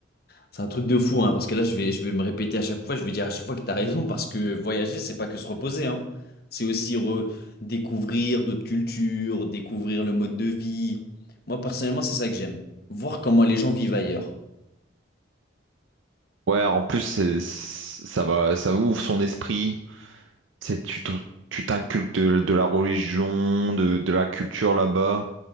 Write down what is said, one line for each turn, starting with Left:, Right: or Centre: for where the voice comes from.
Left: c'est un truc de fou, hein, parce que là, je vais, je vais me répéter à chaque fois, je vais dire à chaque fois que t'as raison, parce que voyager, c'est pas que se reposer, hein. C'est aussi redécouvrir d'autres cultures, découvrir le mode de vie. Moi, personnellement, c'est ça que j'aime. Voir comment les gens vivent ailleurs.
Right: Ouais, en plus, c'est- c'est- ça va, ça ouvre son esprit. C'est, tu te- tu t'inculques de, de la religion, de, de la culture là-bas.